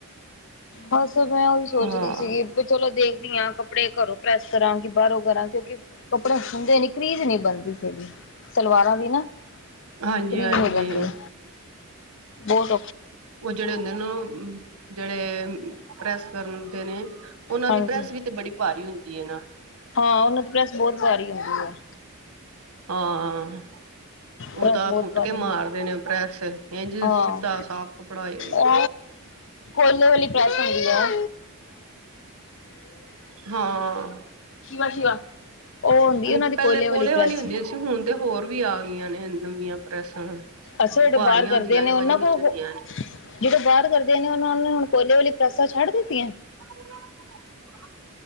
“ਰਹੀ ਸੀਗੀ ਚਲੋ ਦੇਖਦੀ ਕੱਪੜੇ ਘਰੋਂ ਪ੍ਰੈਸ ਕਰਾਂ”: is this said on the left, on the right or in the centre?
Left